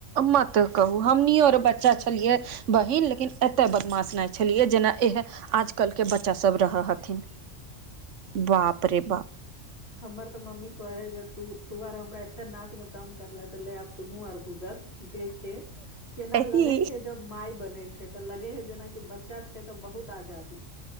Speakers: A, on the right (about 75°); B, on the left (about 55°).
A: मत कहू हमनियो ओर बच्चा छलियै बहिन लेकिन एतय बदमाश नहि छलियै जेना इह आज कल के बच्चा सभ रहऽ हथिन बाप रे बाप
B: हमर तऽ मम्मी कहे जे तू तू आर हमरा एते नाक मे दम करले त ले आब तुहू आर भूगत देखे केना
A: एहि
B: लगै छै जब माय बनेै छै तऽ लगे है जेनाकी बच्चा छै तऽ बहुत आजादी